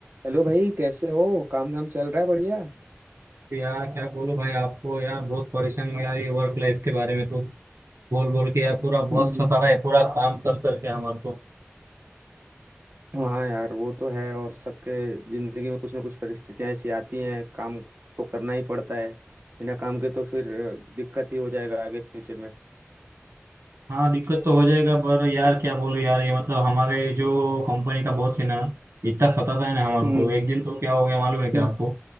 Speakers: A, on the right; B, on the right.
A: हेलो भाई कैसे हो काम धाम चल रहा है बढ़िया
B: यार क्या बोलो भाई आपको यार बहुत परेशान हूँ यार ये वर्क लाइफ के बारे में तो बोल बोल के यार पूरा बहुत
A: हम्म,
B: सता रहा है पूरा काम कर करके हमारे को
A: हाँ यार वो तो है और सबके जिंदगी में कुछ ना कुछ परिस्थितियां ऐसी आती हैं काम तो करना ही पड़ता है बिना काम के तो फिर अ, दिक्कत ही हो जाएगा आगे फ्यूचर में
B: हाँ दिक्कत तो हो जाएगा पर यार क्या बोलूँ यार ये मतलब हमारे जो कंपनी का बॉस है ना इतना सताता है ना हमारे
A: हम्म
B: को एक दिन तो क्या हो गया मालूम है क्या
A: हम्म
B: आपको